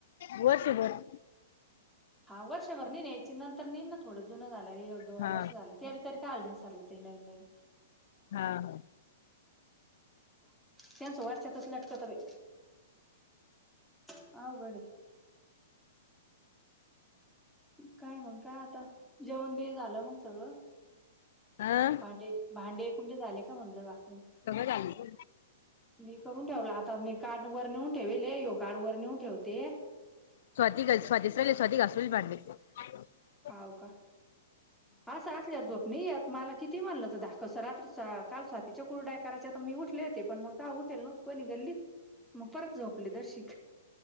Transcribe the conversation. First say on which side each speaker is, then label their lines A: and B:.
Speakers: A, on the left; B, in the centre.
A: वर्ष बर.
B: हा वर्षभर न याची नंतर नेईल ना थोडं जुन झालं एक दोन
A: हा
B: वर्ष झालं. त्या तरी टाळकं सरलं ते नवीननवीन.
A: हा हा...
B: त्यांचं वटच्या तस लटकत बाई. ह अवघड हे. काय मग काय आता जेवण बिऑन झालं मग सगळं.
A: हा आ
B: भांडे भांडे एकुंडे झाले का म्हणलघासून.
A: सगळं झालं.
B: मी करून ठेवला आता मी कार्ड वर नेऊन ठेवेल यो कार्ड वर नेऊन ठेवते.
A: स्वतिक स्वतशले स्वतिका असूल पांडे <unintelligible>
B: होाव का असं असल्यावर झोपननाही येत मला किती मानलं तर धाकधूस राहतीच. काल स्वा तीच्या कुरडाय करायच्या आता मी उठले होते पण मगतेव्हा उठेल नव्हत कोणी गल्लीत. मग परत झोपले जर्शीक.